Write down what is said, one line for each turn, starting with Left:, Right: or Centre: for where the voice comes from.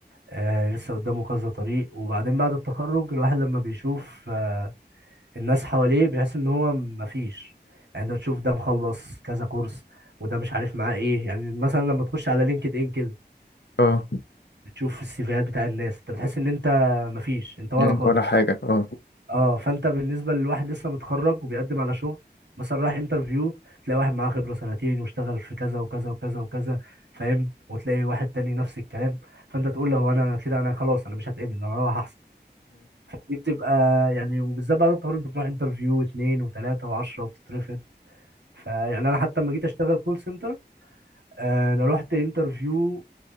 Right: آه لسه قدامه كذا طريق وبعدين بعد التخرج الواحد لما بيشوف آه الناس حواليه بيحس ان هو مفيش يعني انت بتشوف ده مخلص كذا كورس وده مش عارف معاه ايه يعني مثلا لما تخش على لينكد ان كده
Left: اه
Right: بتشوف السيفيهات بتاع الناس انت بتحس ان انت مفيش انت ورا
Left: مم.
Right: خالص
Left: ولا حاجة اه
Right: اه فانت بالنسبه للواحد لسه متخرج وبيقدم على شغل مثلا رايح انترفيو تلاقي واحد معاه خبره سنتين واشتغل في كذا وكذا وكذا وكذا فاهم وتلاقي واحد تاني نفس الكلام فانت تقول له هو انا كده انا خلاص انا مش هتقبل انا هروح دي بتبقى يعني وبالذات بعد الطوارئ انت بتروح انترفيو واثنين وثلاثه وعشرة وبتترفض فيعني انا حتى لما جيت اشتغل كول سنتر آه، انا رحت انترفيو